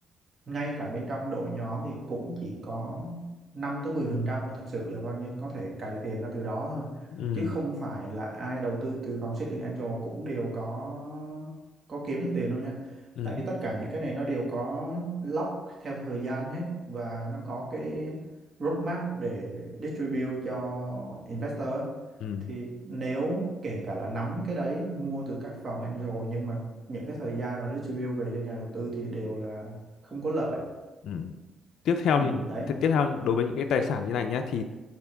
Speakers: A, on the right; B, on the left.
A: ngay cả bên trong đội nhóm thì cũng chỉ có 5 tới 10 phần trăm mà thật sự là bao nhiêu có thể cày tiền ra từ đó thôi
B: ừ
A: chứ không phải là ai đầu tư từ vòng xích đinh Android cũng đều có có kiếm được tiền đâu nha
B: ừ
A: tại vì tất cả những cái này nó đều có lock theo thời gian hết và nó có cái roadmap để distribute cho investor á,
B: ừ
A: thì nếu kể cả là nắm cái đấy mua từ các phòng angel nhưng mà những cái thời gian mà distribute về cho nhà đầu tư thì đều là không có lợi
B: ừ tiếp theo
A: ừ,
B: thì
A: đấy
B: thì tiếp theo đối với những cái tài sản như này nhá thì